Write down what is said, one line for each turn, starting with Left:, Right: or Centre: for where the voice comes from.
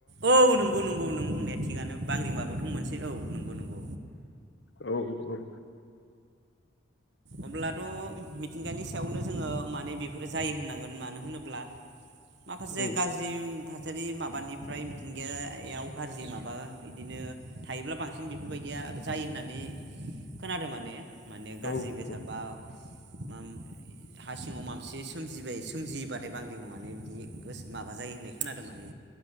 Right: औ नंगौ नंगौ नों बुंनाया थिगानो बांग्रिं माबा थ' मोनसे औ नंगौ नंगौ।
Left: औ औ
Right: अब्लाद मिथिंगानि सायावनो जोङो माने बेफोरो जायो होननांगोन मानो होनोब्ला माखासे
Left: औ
Right: गाज्रिम थासारि माबानिफ्राय मिथिंगायाव गाज्रि माबा इदिनो थायोब्ला बांसिन बेफोरबायदिया जायो होननानै खोनादो माने। माने गाज्रि
Left: औ औ
Right: बे <unintelligible> ओम हा सिङाव मांसे सोमजिबाय सोमजियोबाथाय बांग्रिङाव माने बिदि गोसो माबा जायो होननाय खोनादोंमोन।